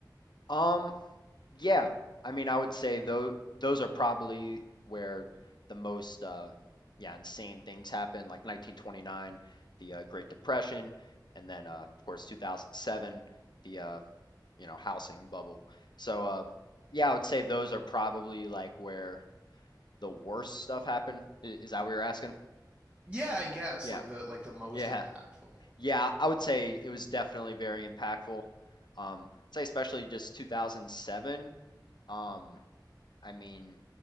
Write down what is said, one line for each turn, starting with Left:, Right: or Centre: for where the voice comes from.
Left: Um, yeah. I mean, I would say though those are probably where the most uh yeah, insane things happen, like 1929, the uh, Great Depression, and then uh, of course 2007, the uh, you know, housing bubble. So uh yeah, I would say those are probably like where the worst stuff happened. I- Is that what you're asking?
Right: Yeah, I guess
Left: Yeah.
Right: like the like the most
Left: Yeah.
Right: impactful.
Left: Yeah, I would say it was definitely very impactful. Um, I'd say especially just 2007. Um, I mean,